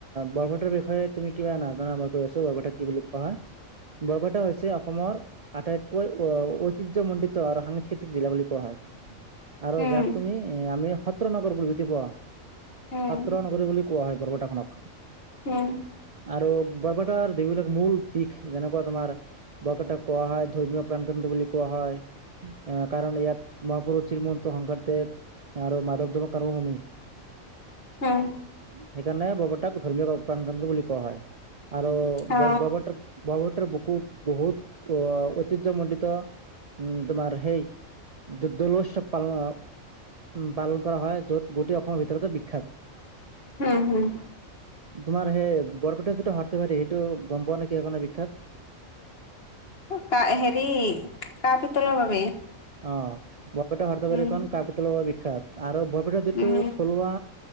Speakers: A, on the right; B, on the left.
A: বৰপেটাৰ বিষয়ে তুমি কিবা নাজানা মই কৈ আছো বৰপেটাত কি বুলি কোৱা হয়। বৰপেটা হৈছে। অসমৰ আটাইতকৈ ঐতিহ্যমণ্ডিত আৰু সাংস্কৃতিক জিলা বুলি কোৱা হয়।
B: <inaudible>
A: আৰু
B: উম
A: যাক তুমি এ আমি সত্ৰ নগৰ বুলি বুজি পাও।
B: উম
A: সত্ৰ নগৰী বুলি কোৱা হয়। বৰপেটাখনক
B: উম
A: আৰু বৰপেটা <inaudible> দেবিলাক মূল দিশ যেনেকুৱা তোমাৰ বকাতা কোৱা হয়, ধৰ্মীয় প্ৰাণ কেন্দ্ৰ বুলি কোৱা হয়। আহ কাৰণ ইয়াত মহাপুৰুষ শ্ৰীমন্ত শঙ্কৰদেৱ আৰু মাধৱ দেৱৰ কৰ্মভূমি।
B: উম।
A: সেইকাৰণে বৰপেটাক ধৰ্মীয়ায় প্ৰাণ কেন্দ্ৰ বুলি কোৱা হয়। আৰু
B: অ
A: ব বৰ ব বটৰ বুকুত বহুত অ' ঐতিহ্যমণ্ডিত, উ তোমাৰ সেই দল উৎসৱ পালন, উ পালন কৰা হয় য'ত গোটেই অসমৰ ভ বিখ্যাত
B: উম হম
A: তোমাৰ সেই বৰপেটাত যিটো হাৰথে পাৰি সেইটো গম পোৱা নে কিহৰ কাৰণে বিখ্যাত?
B: কা হেৰি, ল বাবে বাবে <unintelligible>
A: অ' বৰপেটাৰ হাথ্ৰেৰবাৰীখন
B: উম
A: কাহঁ পিতলৰে বিখ্যাত আৰু যটো
B: উম
A: থলুৱা